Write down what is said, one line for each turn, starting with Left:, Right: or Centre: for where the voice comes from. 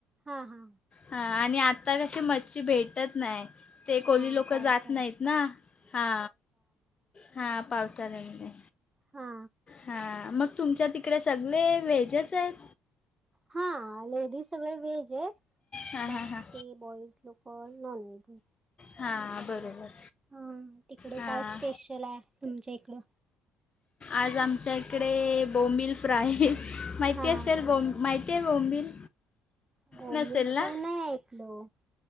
Right: हा हा
Left: हा आणि आता कशी मच्छी भेटत नाही. ते कोली
Right: हा
Left: लोकं
Right: पावसाळा
Left: जात नाहीत ना. हा हा पावसाळ्यामध्ये
Right: हा
Left: हा मग तुमच्या तिकडे सगळे व्हेजच आहेत.
Right: हा लेडीज सगळे व्हेज आहेत.
Left: हां
Right: बाकीचे
Left: हां हां
Right: बॉईज लोक नॉनवेज
Left: हा बरोबर.
Right: हा तिकड
Left: हां
Right: काय स्पेशल आहे. तुमच्या इकड.
Left: आज आमच्या इकडे बोंबिल फ्राय. माहिती
Right: हा
Left: असेल बोब माहिती ते बोंबील
Right: बोंबील
Left: नसेल
Right: फ्राय
Left: ना
Right: नाही ऐकल हो.